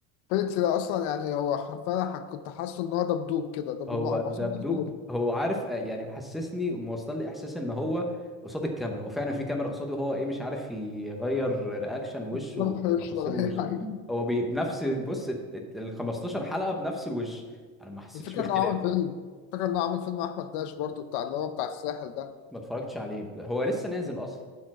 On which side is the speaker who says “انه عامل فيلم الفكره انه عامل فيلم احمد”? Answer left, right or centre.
Left